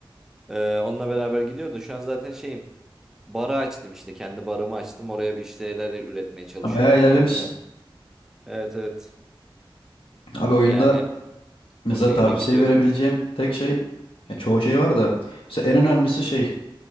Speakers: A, in the centre; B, on the left.
A: E, onunla beraber gidiyordu şu an zaten şeyim barı açtım işte kendi barımı açtım oraya bir işte şeyler üretmeye çalışıyorum
B: Ha, Bayağı
A: falan
B: ilerlemişsin.
A: filan. Evet evet
B: Abi oyunda
A: yani
B: mesela
A: o şekilde
B: tavsiye
A: gidiyorum.
B: verebileceğim tek şey ya çoğu şey var da mesela en önemlisi şey